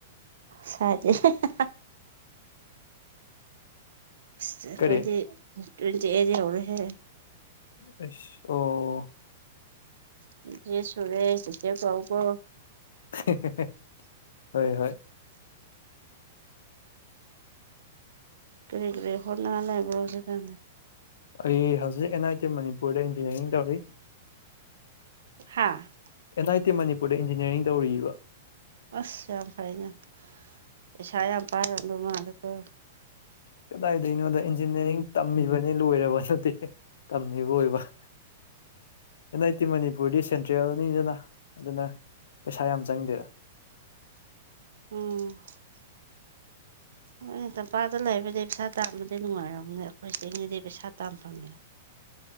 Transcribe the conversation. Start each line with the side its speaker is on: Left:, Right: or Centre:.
Right: ꯁꯥꯏꯠ__ <unintelligible> ꯑꯁ ꯑꯩꯈꯣꯏꯗꯤ
Left: ꯀꯔꯤ
Right: ꯇ꯭ꯨꯌꯦꯟꯇꯤ ꯑꯥꯏꯠ ꯌꯧꯔꯦꯍꯦ
Left: ꯑꯩꯁ ꯑꯣ
Right: ꯇ꯭ꯨꯌꯦꯟꯇꯤ ꯑꯥꯏꯠ ꯁꯨꯔꯦ ꯆꯦꯆꯦ ꯀꯧꯑꯣꯀꯣ
Left: <unintelligible> ꯍꯣꯏ ꯍꯣꯏ
Right: ꯀꯔꯔꯤ ꯔꯩ ꯍꯣꯅꯉ ꯂ ꯂꯩꯕ꯭ꯔꯣꯖꯒꯅꯤ
Left: ꯑꯩ ꯍꯧꯖꯤꯛ ꯑꯦꯟ ꯑꯥꯏ ꯇꯤ ꯃꯅꯤꯄꯨꯔꯗ ꯏꯟꯖꯤꯅꯤꯌꯥꯔꯤꯡ ꯇꯧꯔꯤ
Right: ꯍꯥꯥ
Left: ꯑꯦꯟ ꯑꯥꯏ ꯇꯤ ꯃꯅꯤꯄꯨꯔꯗ ꯏꯟꯖꯤꯅꯤꯌꯥꯔꯤꯡ ꯇꯧꯔꯤꯕ
Right: ꯑꯁ ꯌꯥꯝ ꯐꯩꯅ ꯄꯩꯁꯥ ꯌꯥꯝ ꯄꯥꯏꯔꯕꯗꯣ ꯃꯥꯗꯀꯣ
Left: ꯀꯗꯥꯏꯗꯩꯅꯣꯗ ꯏꯟꯖꯤꯅꯤꯌꯥꯔꯤꯡ ꯇꯝꯃꯤꯕꯅꯤ ꯂꯣꯏꯔꯕ ꯅꯠꯇꯦ ꯇꯝꯃꯤꯕ ꯑꯣꯏꯕ ꯑꯦꯟ ꯑꯥꯏ ꯇꯤ ꯃꯅꯤꯄꯨꯔꯗꯤ ꯁꯦꯟꯇ꯭ꯔꯦꯜꯅꯤꯗꯅ ꯑꯗꯨꯅ ꯄꯩꯁꯥ ꯌꯥꯝ ꯆꯪꯗꯦꯗ
Right: ꯎꯝ ꯍꯣꯏꯅꯦ ꯇꯝꯄꯥꯛꯗ ꯂꯩꯕꯗꯤ ꯄꯩꯁꯥ ꯇꯥꯟꯕꯗꯤ ꯅꯨꯡꯉꯥꯏꯔꯝꯅꯦ ꯑꯩꯈꯣꯏ ꯆꯤꯡꯅꯤꯗꯤ ꯄꯩꯁꯥ ꯇꯥꯟꯐꯝꯅꯦ